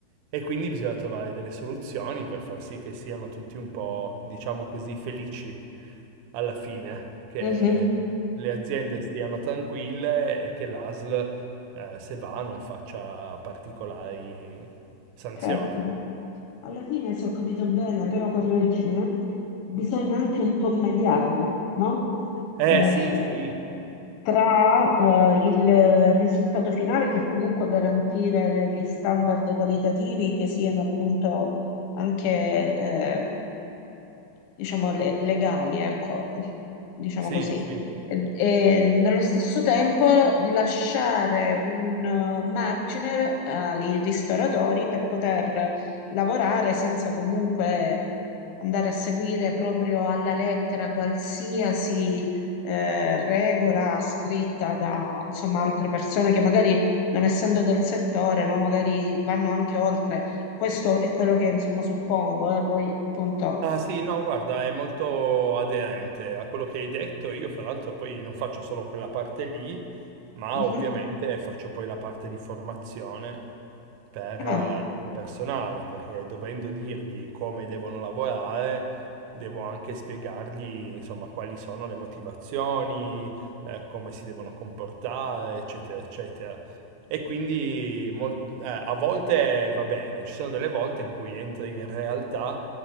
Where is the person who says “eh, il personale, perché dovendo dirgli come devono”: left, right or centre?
Right